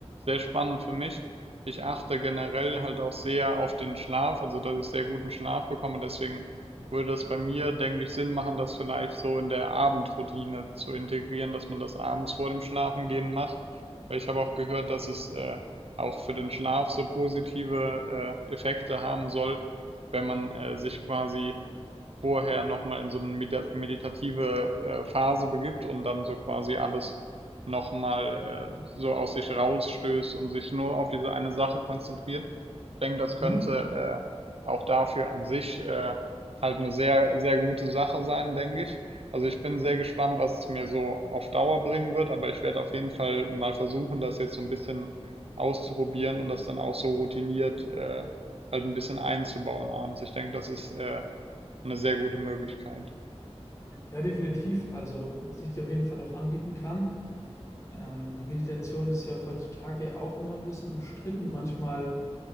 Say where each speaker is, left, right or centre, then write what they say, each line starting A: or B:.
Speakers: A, on the right; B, on the left.
A: sehr spannend für mich. Ich achte generell halt auch sehr auf den Schlaf, also dass ich sehr guten Schlaf bekomme. Deswegen würde es bei mir, denke ich, Sinn machen, das vielleicht so in der Abendroutine zu integrieren, dass man das abends vor dem Schlafengehen macht. Weil ich habe auch gehört, dass es äh, auch für den Schlaf so positive äh, Effekte haben soll, wenn man äh, sich quasi vorher nochmal in so eine meda meditative, äh, Phase begibt und dann so quasi alles nochmal, äh, so aus sich rausstößt und sich nur auf diese eine Sache konzentriert. Ich denke, das könnte,
B: Hm?
A: äh, auch dafür an sich, äh, halt eine sehr, sehr gute Sache sein, denke ich. Also, ich bin sehr gespannt, was es mir so auf Dauer bringen wird, aber ich werde auf jeden Fall mal versuchen, das jetzt so ein bisschen auszuprobieren und das dann auch so routiniert, äh, halt ein bisschen einzubauen abends. Ich denke, das ist, äh eine sehr gute Möglichkeit.
B: Ja, definitiv. Also, was ich dir auf jeden Fall auch anbieten kann, ähm, die Meditation ist ja auch heutzutage auch immer ein bisschen umstritten. Manchmal